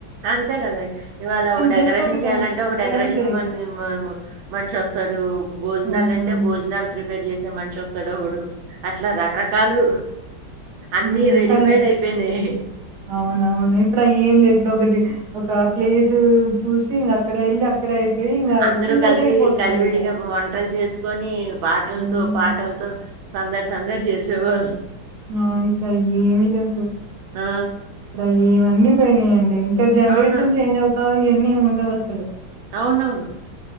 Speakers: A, on the right (about 80°); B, on the right (about 60°).
A: అంతే కదా ఇవాళ ఒక డెకరేషన్
B: జస్ట్
A: చెయాలంటే
B: టెంట్ అంతే
A: ఒక డెకరేషన్
B: అంతే ఇక.
A: మ మనిషి వస్తాడు భోజనాలు
B: అవునవును.
A: అంటే భోజనాలు ప్రిప రెడీ చేసే మనిషి వస్తాడు ఒకడు అట్లా రకరకాలు అన్నీ
B: ఉమ్
A: రెడీమేడ్
B: కానీ
A: అయిపోయినాయి.
B: అవునువును ఇప్పుడు అయేం లేదు ఇక్కడ ఒకటి ఒక ప్లేస్ చూసి ఇంక అక్కడ వెళ్ళి అక్కడ ఇంగ అటు
A: అందరు
B: నుంచి
A: కలిసి
B: అటే ఎళ్ళిపోతున్నారిక.
A: కలివిడిగా వంటలు చేసుకొని పాటలతో
B: అవునవును.
A: పాటలతో సందడి సందడి చేసేవాళ్ళు
B: అవును ఇప్పుడు అయేమి లేవు
A: ఆ!
B: ఇప్పుడు ఏవన్నీ పోయినాయండి ఇంకా జనరేషన్
A: అవును.
B: చేంజ్ అవుతా ఇవన్నీ ఏమి ఉండవు అసలు
A: అవునవును